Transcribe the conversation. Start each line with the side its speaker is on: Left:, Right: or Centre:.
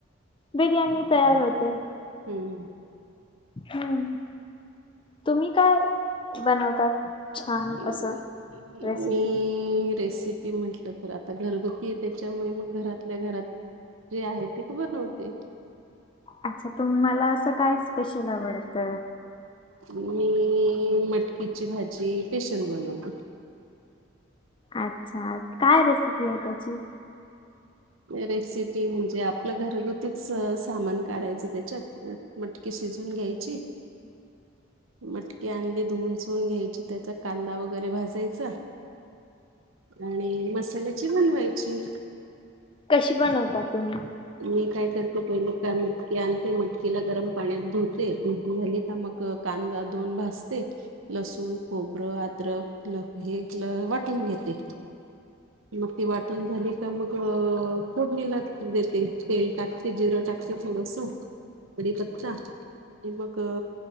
Left: बिर्याणी तयार होते
Right: हम्म
Left: हम्म तुम्ही काय बनवतात? छान
Right: मी
Left: असं रेसिपी
Right: रेसिपी ते म्हंटलं तर आता घरगुती आहे त्याच्यामुळे मग घरातल्या घरात जे आहे ते बनवते.
Left: अच्छा तुम्हाला असं काय स्पेशल आवडत.
Right: मी मटकीची भाजी पेशल बनवते.
Left: अच्छा काय रेसिपी आहे त्याची
Right: रेसिपी म्हणजे आपलं घरगुतीच सामान काढायचं त्याच्यात मटकी शिजून घ्यायची मटकी आणली धुवून चुवून घ्यायची त्याचा कांदा वगैरे भाजायचा आणि मसाल्याची बनवायची
Left: कशी बनवता तुम्ही
Right: मी काय करते पहिले काय मटकी आणते मटकीला गरम पाण्यात धुते भ झाली का मग कांदा दोन भासते लसूण खोबरं अद्रक हे ल वाटून घेते मग ती वाटून झाली का मग फूड निलात ते तेल टाकते जिरं टाकते थोडंस बडीपत्चा आणि मग